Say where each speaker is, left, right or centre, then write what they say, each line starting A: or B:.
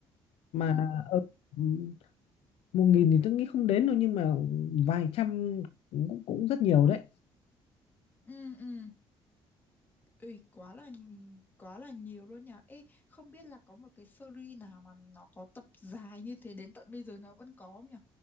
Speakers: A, on the left (about 75°); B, on the left (about 20°).
A: mà
B: ừ
A: ừ, ừ, một nghìn thì tôi nghĩ không đến đâu nhưng mà vài trăm cũng cũng rất nhiều đấy
B: ừ ừ Ui, quá là quá là nhiều luôn nhỉ ê không biết là có một cái series nào mà nó có tập dài như thế đến tận bây giờ nó vẫn có không nhỉ